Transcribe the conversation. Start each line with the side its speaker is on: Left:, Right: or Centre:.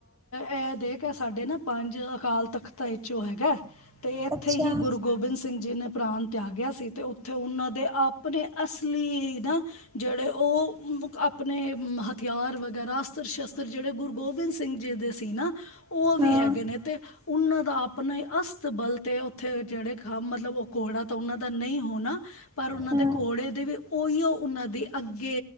Left: ਐ ਦੇਖ ਇਹ ਸਾਡੇ ਨਾ ਪੰਜ ਅਕਾਲ ਤਖ਼ਤਾਂ ਵਿਚੋਂ ਹੈਗਾ ਅਤੇ ਇੱਥੇ
Right: ਅੱਛਾ
Left: ਹੀ ਗੁਰੂ ਗੋਬਿੰਦ ਸਿੰਘ ਜੀ ਨੇ ਪ੍ਰਾਣ ਤਿਆਗਿਆ ਸੀ ਤੇ ਉੱਥੇ ਉਹਨਾਂ ਦੇ ਆਪ ਆਪਣੇ ਅਸਲੀ ਦਾ ਜਿਹੜੇ ਉਹ ਆਪਣੇ ਹਥਿਆਰ ਵਗੈਰਾ ਅਸਤਰ ਸ਼ਸਤਰ ਜਿਹੜੇ ਗੁਰੂ ਗੋਬਿੰਦ ਸਿੰਘ ਜੀ ਦੇ ਤੇ ਨਾ ਉਹ ਵੀ
Right: ਹਾਂ
Left: ਹੈਗੇ ਨੇ ਤੇ ਉਹਨਾਂ ਦਾ ਆਪਣਾ ਹੀ ਅਸਤਬਲ ਤੇ ਉੱਥੇ ਜਿਹੜੇ ਮਤਲਬ ਉਹ ਘੋੜਾ ਤਾਂ ਉਹਨਾਂ ਦਾ ਨਹੀਂ ਹੋਣਾ ਪਰ ਉਹਨਾਂ
Right: ਹਾਂ
Left: ਦੇ ਘੋੜੇ ਦੇ ਵੀ ਉਹੀਓ ਉਹਨਾਂ ਦੀ ਅੱਗੇ